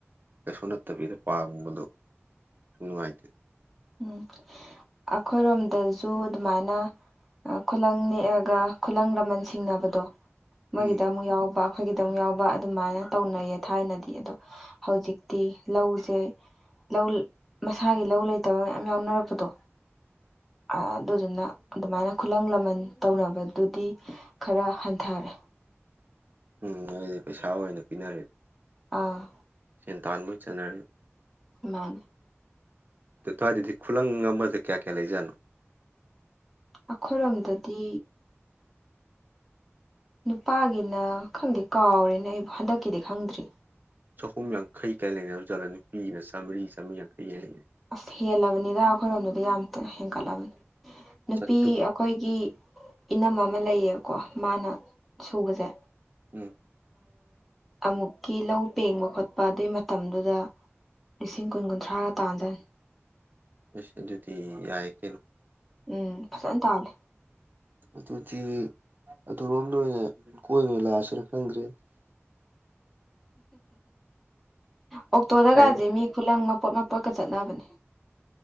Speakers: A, on the right; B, in the centre.
A: ꯀꯩꯁꯨ ꯅꯠꯇꯕꯤꯗ ꯄꯥꯡꯕꯗꯣ ꯅꯨꯡꯉꯥꯏꯇꯦ
B: ꯎꯝ ꯑꯩꯈꯣꯏꯔꯣꯝꯗꯁꯨ ꯑꯗꯨꯃꯥꯏꯅ ꯈꯨꯂꯪꯅꯤ ꯈꯨꯂꯪ ꯂꯃꯟ ꯁꯤꯡꯅꯕꯗꯣ ꯃꯣꯏꯒꯤꯗ
A: ꯎꯝ
B: ꯑꯃꯨꯛ ꯌꯥꯎꯕ ꯑꯩꯈꯣꯏꯒꯤꯗꯧ ꯌꯥꯎꯕ ꯑꯗꯨꯃꯥꯏꯅ ꯇꯧꯅꯩꯌꯦ ꯊꯥꯏꯅꯗꯤ ꯑꯗꯣ ꯍꯧꯖꯤꯛꯇꯤ ꯂꯧꯁꯦ ꯂꯧ ꯃꯁꯥꯒꯤ ꯂꯧ ꯂꯩꯇꯕ ꯃꯌꯥꯝ ꯌꯥꯎꯅꯔꯛꯄꯗꯣ ꯑꯗꯨꯗꯨꯅ ꯑꯗꯨꯃꯥꯏꯅ ꯈꯨꯂꯪ ꯂꯃꯟ ꯇꯧꯅꯕꯗꯨꯗꯤ ꯈꯔ ꯍꯟꯊꯔꯦ
A: ꯎꯝ ꯃꯣꯏꯗꯤ ꯄꯩꯁꯥ ꯑꯣꯏꯅ ꯄꯤꯅꯔ
B: ꯑꯥ
A: ꯁꯦꯟꯇꯥꯟꯕꯨ ꯆꯠꯅꯔ
B: ꯃꯥꯅꯦ
A: ꯊꯗꯤꯗꯤ ꯈꯨꯂꯪꯒꯥ ꯑꯃꯁ ꯀꯌꯥ ꯀꯌꯥ ꯂꯩꯖꯅꯣ
B: ꯑꯩꯈꯣꯏꯔꯣꯝꯗꯗꯤ ꯅꯨꯄꯥꯒꯤꯅ ꯈꯪꯗꯦ ꯀꯥꯎꯔꯦꯅ ꯑꯩꯕꯨ ꯍꯟꯗꯛꯀꯤꯗꯤ ꯈꯪꯗ꯭ꯔꯤ
A: ꯆꯍꯨꯝ ꯌꯥꯡꯈꯩ ꯀꯥꯏ ꯂꯩꯅꯕꯖꯠꯂ ꯅꯨꯄꯤꯒꯤꯅ ꯆꯥꯝꯃꯔꯤ ꯆꯥꯝꯃꯔꯤ ꯌꯥꯡꯈꯩ ꯀꯥꯏ ꯂꯩꯅꯩ
B: ꯑꯁ ꯍꯦꯜꯂꯕꯅꯤꯗ ꯑꯩꯈꯣꯏꯔꯣꯝꯗꯨꯗꯤ ꯌꯥꯝꯇ ꯍꯦꯟꯀꯠꯂꯕꯅꯤ ꯅꯨꯄꯤ
A: ꯆꯥꯇ꯭ꯔꯨꯛ
B: ꯑꯩꯈꯣꯏꯒꯤ ꯏꯅꯝꯃ ꯑꯃ ꯂꯩꯌꯦꯕꯀꯣ ꯃꯥꯅ ꯁꯨꯕꯁꯦ
A: ꯎꯝ
B: ꯑꯃꯨꯛꯀꯤ ꯂꯧ ꯄꯦꯡꯕ ꯈꯣꯠꯄ ꯑꯗꯨꯏ ꯃꯇꯝꯗꯨꯗ ꯂꯤꯁꯤꯡ ꯀꯨꯟ ꯀꯨꯟꯊ꯭ꯔꯥꯒ ꯇꯥꯟꯖꯅꯤ
A: ꯑꯁ ꯑꯗꯨꯗꯤ ꯌꯥꯌꯦ ꯀꯩꯅꯣ
B: ꯎꯝ ꯐꯖꯅ ꯇꯥꯜꯂꯦ
A: ꯑꯗꯨꯗꯤ ꯑꯗꯨꯔꯣꯝꯗ ꯑꯣꯏꯅ ꯀꯣꯏꯕꯩ ꯂꯥꯛꯑꯁꯤꯔ ꯈꯪꯗ꯭ꯔꯦ
B: ꯑꯣꯛꯇꯣꯗ
A: ꯍꯥꯏ
B: ꯀꯥꯁꯦ ꯃꯤ ꯈꯨꯂꯪ ꯄꯣꯠ ꯃꯄꯣꯠꯀ ꯆꯠꯅꯕꯅꯦ